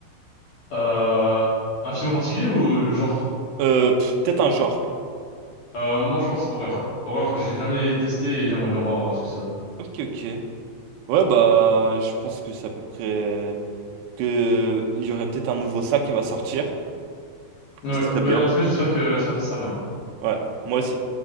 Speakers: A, on the left; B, on the right.
A: Euh, un film en particulier ou le genre?
B: Euh, pff, peut-être un genre.
A: Euh, moi, je pense horreur. Horreur, j'ai jamais testé et j'aimerais bien voir euh, ce que ça donne.
B: Ok, ok. Ouais, bah, je pense que c'est à peu près euh, que il y aurait peut-être un nouveau ça qui va sortir.
A: Ouais,
B: Ce serait
A: mais
B: bien.
A: en tout cas, j'espère que j'espère qu'il sera bien.
B: Ouais, moi aussi.